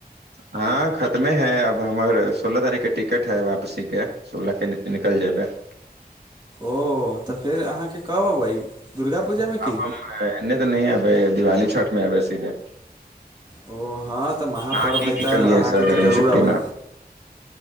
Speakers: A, on the right; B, on the right.
A: हँ खतमे हैं अब हमर सोलह तारीख के टिकट है वापसी के सोलह के निक निकलि जेबय
B: ओ त फेर अहाँके कब अबै दुर्गा पूजा मे
A: आब
B: की
A: हम एने तऽ नहिये एबै दिवाली छठ मे एबै सीधे
B: ओ हँ तऽ वहाँ
A: अहाँ
B: पर्व
A: की
B: हइ
A: की
B: तऽ
A: कलियै
B: अहाँके
A: सर गर्मी
B: तऽ जरूर
A: छुट्टी
B: अबै
A: मे